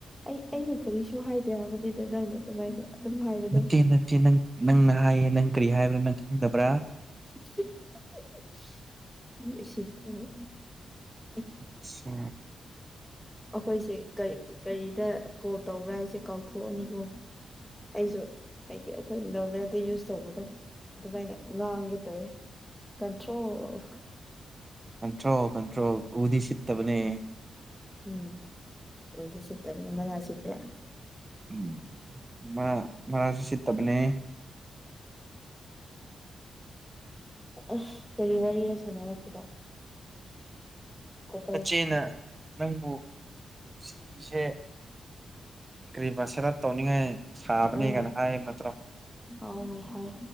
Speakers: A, in the centre; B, on the right.
A: ꯑꯩ ꯑꯩꯅ ꯀꯔꯤꯁꯨ ꯍꯥꯏꯗꯦ ꯍꯥꯏꯕꯅꯤꯗ ꯅꯪꯅ ꯑꯗꯨꯃꯥꯏꯅ ꯑꯗꯨꯝ ꯍꯥꯏꯕꯗꯣ
B: ꯅꯠꯇꯦ ꯅꯠꯇꯦ ꯅꯪ ꯅꯪꯅ ꯍꯥꯏꯌꯦ ꯅꯪ ꯀꯔꯤ ꯍꯥꯏꯕ꯭ꯔꯥ ꯅꯪ ꯈꯪꯗꯕ꯭ꯔꯥ
A: <unintelligible> <unintelligible>
B: ꯑꯆꯥ
A: ꯑꯩꯈꯣꯏꯁꯦ ꯀꯔꯤ ꯀꯔꯤꯗ ꯀꯣꯜ ꯇꯧꯕ꯭ꯔꯥ ꯍꯥꯏꯁꯦ ꯀꯥꯎꯊꯣꯛꯑꯅꯤꯀꯣ ꯑꯩꯁꯨ ꯍꯥꯏꯗꯤ ꯑꯩꯈꯣꯏ ꯅꯣꯔꯃꯦꯜꯗ ꯌꯨꯁ ꯇꯧꯕ ꯑꯗꯨꯃꯥꯏꯅ ꯉꯥꯡꯒꯦ ꯇꯧꯋꯦ ꯀꯟꯇ꯭ꯔꯣꯜ
B: ꯀꯟꯇ꯭ꯔꯣꯜ ꯀꯟꯇ꯭ꯔꯣꯜ ꯎꯗꯤ ꯁꯤꯠꯇꯕꯅꯦ
A: ꯎꯝ ꯎꯗꯤ ꯁꯤꯠꯇꯕ ꯃꯅꯁꯤꯗ꯭ꯔꯥ
B: ꯎꯝ ꯃꯥ ꯃꯔꯥꯖꯁꯤ ꯇꯕꯅꯦ
A: ꯑ ꯀꯔꯤ ꯋꯥꯔꯤꯔ ꯁꯥꯟꯅꯔꯝꯕꯗꯣ ꯀꯣꯄꯜꯁ
B: ꯆꯆꯦꯅ ꯅꯪꯕꯨ ꯁꯤꯒꯤꯁꯦ ꯀꯔꯤ ꯁꯦꯗꯞ ꯇꯧꯅꯤꯡꯉꯥꯏ ꯁꯥꯕꯅꯤ
A: ꯎꯝ
B: ꯀꯅ ꯍꯥꯏ ꯅꯠꯇ꯭ꯔꯣ
A: ꯍꯣꯏ ꯍꯣꯏ ꯍꯥꯏ